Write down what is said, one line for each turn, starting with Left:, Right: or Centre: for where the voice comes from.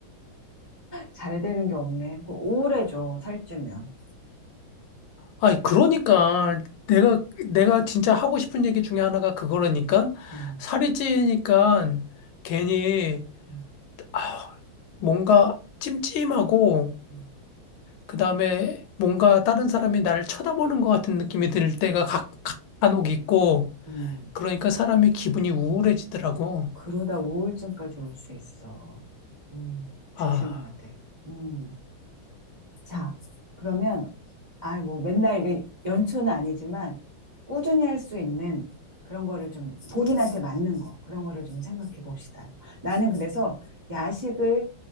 Right: 잘 되는 게 없네. 그 우울해져. 살찌면.
Left: 아니, 그러니까 내가, 내가 진짜 하고 싶은 얘기 중에 하나가 그거라니까
Right: 음, 음,
Left: 살이 찌니까 괜히,
Right: 음, 음,
Left: 아, 뭔가 찜찜하고,
Right: 음.
Left: 그 다음에 뭔가 다른 사람이 나를 쳐다보는 것 같은 느낌이 들 때가 가, 가- 간혹 있고,
Right: 음.
Left: 그러니까 사람이 기분이 우울해지더라고.
Right: 그러다 우울증까지 올 수 있어. 음, 조심해야
Left: 아,
Right: 돼. 음. 자, 그러면, 아, 뭐, 맨날 이게 연초는 아니지만, 꾸준히 할 수 있는 그런 거를 좀 본인한테 맞는 거, 그런 거를 좀 생각해 봅시다. 나는 그래서 야식을